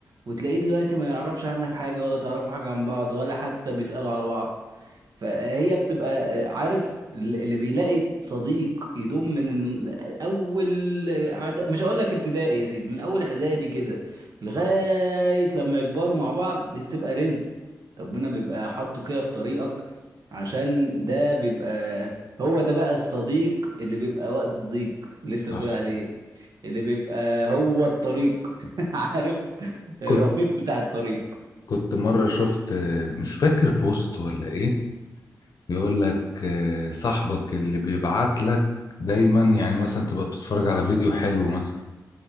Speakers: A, on the right (about 70°); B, on the left (about 65°).
A: وتلاقيه دلوقتي ما يعرفش عنك حاجة ولا تعرفوا حاجة عن بعض ولا حتى بيسألوا على بعض فهي بتبقى آه، عارف ال- اللي بيلاقي صديق يدوم من اول إعدا- مش هقول لك ابتدائي يا سيدي من اول اعدادي كده لغاية لما يكبروا مع بعض دي بتبقى رزق ربنا بيبقى حاطه كده في طريقك عشان ده بيبقى هو ده بقى الصديق اللي بيبقى وقت الضيق اللي
B: صح
A: انت بتقول عليه اللي بيبقى هو الطريق <laughs> عارف الرفيق
B: كنت
A: بتاع الطريق
B: كنت مرة شفت آه، مش فاكر بوست ولا ايه بيقول لك آه، صاحبك اللي بيبعت لك دايما يعني مثلا تبقى بتتفرج على فيديو حلو مثلا